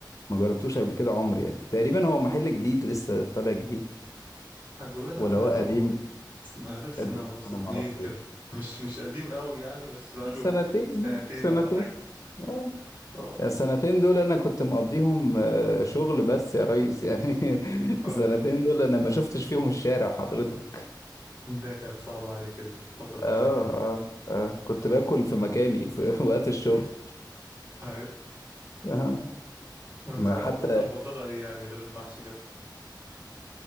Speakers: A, on the left; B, on the right.
A: ما جربتوش قبل كده عمري يعني تقريبا هو محل جديد لسه طالع جديد
B: حجوجة لا
A: ولا
B: بقاله
A: هو قديم
B: بقاله سنة
A: قديم
B: ونص
A: وأنا
B: اتنين
A: ما أعرفوش
B: كده مش مش قديم قوي يعني بس بقاله
A: سنتين
B: سنتين
A: يعني، سنتين
B: ولا حاجة
A: اه
B: اه
A: السنتين دول انا كنت مقضيهم آه، شغل بس يا ريس يعني <laughs>
B: اه
A: السنتين
B: طبعاً.
A: دول انا ما شفتش فيهم الشارع حضرتك
B: ده كانت صعبة عليك الفترة اللي
A: اه
B: فاتت دي
A: اه اه كنت باكل في مكاني في <laughs> وقت الشغل
B: <laughs> هاي
A: آه.
B: وانت
A: ما
B: اكلتك
A: حتى
B: المفضلة ايه يعني غير المحشي كده